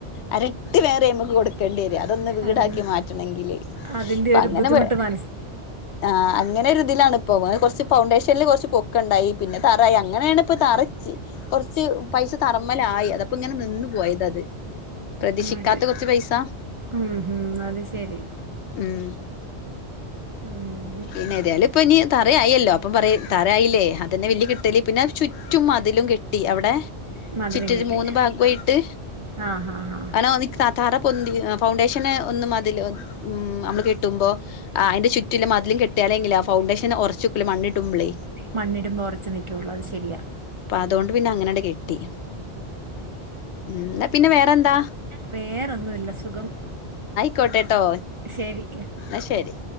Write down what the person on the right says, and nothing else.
അതി
അതിന്റെ
ഒരു
ബുദ്ധിമുട്ട് മനസ്
അത്
ഉം ഉം അത് ശരി
ഉം
മതിലും
കെട്ടി
ആഹ് ആഹ് ആഹ്
മണ്ണിടുമ്പോ ഒറച്ച് നിക്കുള്ളു അത് ശെരിയാ
വേറൊന്നുല്ല സുഖം
ശരി